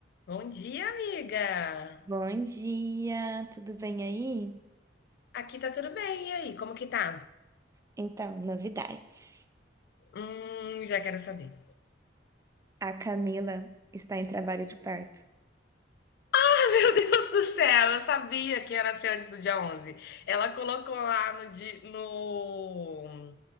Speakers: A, on the left; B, on the right.
A: Bom dia, amiga!
B: Bom dia, tudo bem aí?
A: Aqui tá tudo bem, e aí, como que tá?
B: Então, novidades.
A: Hum, já quero saber.
B: A Camila está em trabalho de parto.
A: Ah, <laughs> meu Deus do céu, eu sabia que ia nascer antes do dia 11. Ela colocou lá no, di- no-